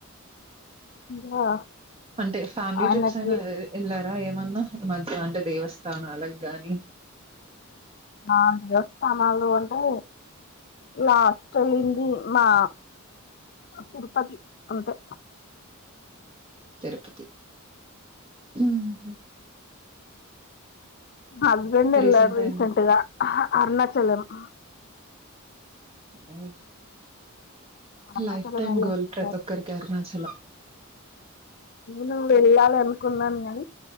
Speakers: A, on the left; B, on the right.
A: ంద
B: అంటే ఫ్యామిలీ
A: అయానికి
B: ట్రిప్స్ అయినా ఎళ్ళారా ఏమన్నా ఈ మధ్య అంటే దేవస్థానాలకు గాని
A: మా దేవస్థానాలు అంటే ఇలాస్టలింది మా తిరుపతి అంటే
B: తిరుపతి హ్మ్
A: హస్బెండ్ ఎల్లారు
B: రీసెంట్ టైమ్
A: రీసెంట్గా అరుణాచలం ఆ
B: ఆవు
A: అరుణాచలం
B: లైఫ్ టైమ్
A: వెళ్ళేసొచ్చారు
B: గోల్ పటొక్కరికి అరుణాచలం
A: నేను వెళ్ళాలి అనుకున్నాను గాని